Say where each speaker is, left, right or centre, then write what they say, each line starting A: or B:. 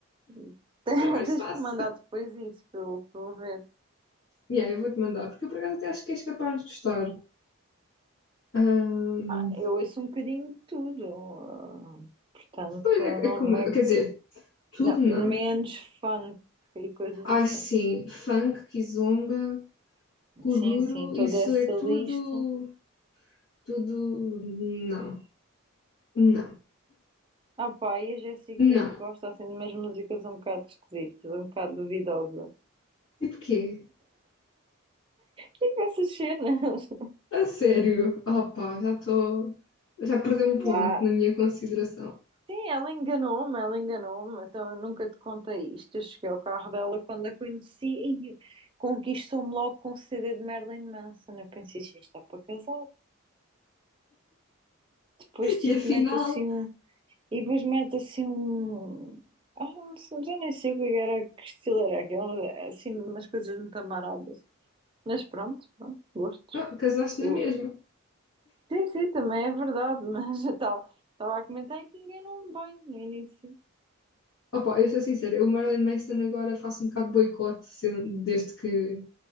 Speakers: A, on the right (about 25°); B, on the left (about 80°).
A: <laughs> tens
B: era mais fácil.
A: que me mandar depois isso para eu, para eu ver.
B: Yeah, eu vou-te mandar, porque eu por acaso até acho que és capaz de gostar. Ahm,
A: Ah, eu ouço um bocadinho de tudo, ah, portanto,
B: pois é,
A: não,
B: é como
A: não
B: eu,
A: é,
B: quer dizer, tudo
A: não,
B: não.
A: menos funk e coisas
B: Ai
A: assim.
B: sim, funk, kizomba, kuduro,
A: Sim, sim, toda
B: isso
A: essa
B: é tudo,
A: lista.
B: tudo, não, não,
A: Ah, pá, e a Jéssica
B: não.
A: gosta assim de umas músicas um bocado esquisitas, um bocado duvidosas.
B: Tipo quê?
A: tem vai assistir, né? <laughs>
B: A sério? Ah pá, já estou, já perdeu um ponto
A: Já.
B: na minha consideração.
A: Sim, ela enganou-me, ela enganou-me, então eu nunca te contei isto. Eu cheguei ao carro dela quando a conheci e conquistou-me logo com um CD de Marilyn Manson. Eu pensei, isto está para casar. Depois, tipo,
B: E afinal,
A: mete assim um. E depois mete assim um. Ah, não sei, já nem sei o que era, que estilo era aquele, assim, umas coisas muito amaradas. Mas pronto, pronto, gostos.
B: Ah, casaste
A: Eu...
B: na mesma.
A: Sim, sim, também é verdade, <laughs> mas eu estava estava a comentar que enganou-me bem no início.
B: Opa, eu sou sincera, o Marilyn Manson agora faço um bocado de boicote se- desde que,